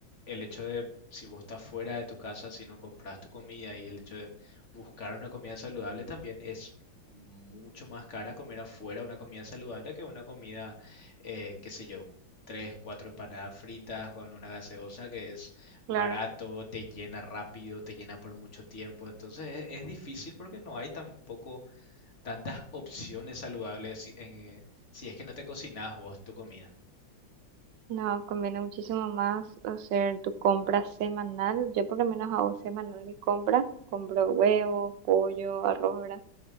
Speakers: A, on the left; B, on the right.
A: el hecho de, si vos estás fuera de tu casa, si no compras tu comida y el hecho de buscar una comida saludable también es mucho más cara comer afuera una comida saludable que una comida, eh, qué sé yo, tres, cuatro empanadas fritas con una gaseosa que es
B: Claro.
A: barato, te llena rápido, te llena por mucho tiempo. Entonces es, es difícil porque no hay tampoco tantas opciones saludables si- en, eh, si es que no te cocinas vos tu comida.
B: No, conviene muchísimo más hacer tu compra semanal. Yo por lo menos hago semanal mi compra. Compro huevo, pollo, arroz, ¿verdad?